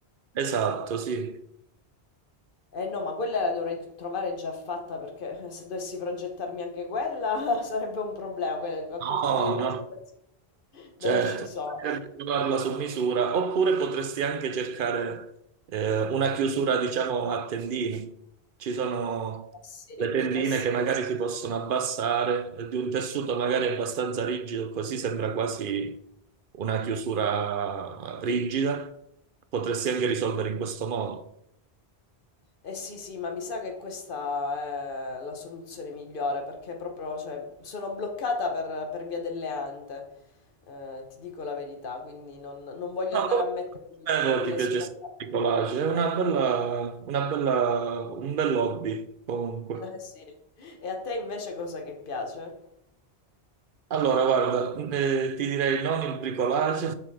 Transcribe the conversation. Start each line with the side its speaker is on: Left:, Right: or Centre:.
Right: Esatto, sì.
Left: Eh no, ma quella la dovrei trovare già fatta perché <laughs> se dovessi progettarmi anche quella <laughs> sarebbe un problema, quel,
Right: No,
Left: quel tipo di progettazione.
Right: no. Certo,
Left: Non ci sono.
Right: bisognerebbe trovarla su misura, oppure potresti anche cercare eh, una chiusura, diciamo, a tendine. Ci sono
Left: Eh sì,
Right: le tendine
Left: eh sì.
Right: che magari si possono abbassare, eh, di un tessuto magari abbastanza rigido, così sembra quasi una chiusura rigida. Potresti anche risolvere in questo modo.
Left: Eh sì, sì, ma mi sa che questa è la soluzione migliore perché proprio, cioè, sono bloccata per, per via delle ante, eh, ti dico la verità, quindi non, non voglio
Right: No,
Left: andare
Right: comunque,
Left: a mettere que- quelle
Right: eh, ti piace
Left: scorte.
Right: il collage, è
Left: <laughs>
Right: una bella, una bella, un bel hobby comunque.
Left: Eh, sì. E a te invece cosa che piace?
Right: Allora, guarda, eh, ti direi non il bricolage,